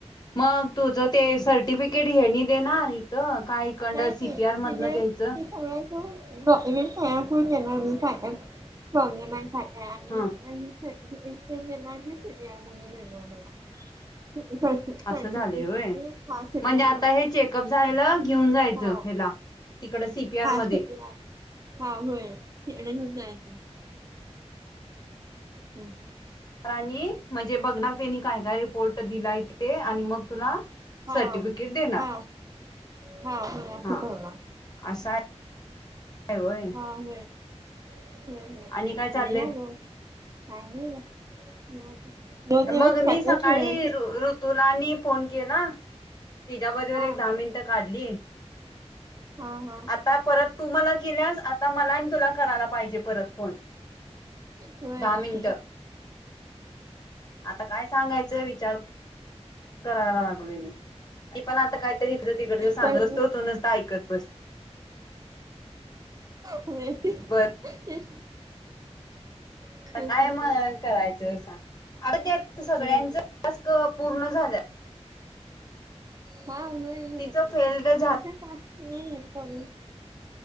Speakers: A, on the left; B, on the right.
A: मग तुझं
B: असं
A: ते सर्टिफिकेट हेनी देणार काय कंड
B: नाही
A: सीपी
B: नाही तिने
A: आर मधनं घ्यायचं
B: ती <unintelligible> <unintelligible>
A: ह
B: परिस्थितीसाठी
A: असं झालं होय
B: हा शिकणार
A: म्हणजे आता
B: म्हण
A: हे चेकअप झालं घेऊन जायच
B: हा
A: हला तिकड सीपीआर
B: हा
A: म
B: शिकणार हा होय <unintelligible> हम्,
A: तर आणि म्हणजे बघणार त्यांनी काय काय रिपोर्ट दिलाय ते आणि मग तुला
B: हा
A: सर्टिफिकेट देणार
B: हा हा होय असं
A: हा
B: ना
A: असं आहे व्हय
B: हा होय <unintelligible>
A: आणि काय चाललंय
B: दोन दिवस
A: मग
B: त्यातच
A: मी सकाळी ऋतुलानी फोन केला तिच्याबरोबर
B: हा
A: एक दहा मिनटं काढली
B: हा हा
A: आता परत तू मला गेल्यास आता मला आणि तुला करायला पाहिजे परत फोन
B: होय
A: दहा
B: अस
A: मिनिटं आता काय सांगायचं विचार करायला लागलो मी की पण आता कायतरी इथडें तिकडच सांगतो
B: तर
A: तो ऐकत बस
B: होय तेच
A: बर
B: की तेच
A: आ काय
B: म्हटलं
A: करायचं अस आ सगळ्यांच
B: होय
A: टस्क पूर्ण झा
B: ह होय ज
A: तिचं फेल्ड झालं
B: का नाही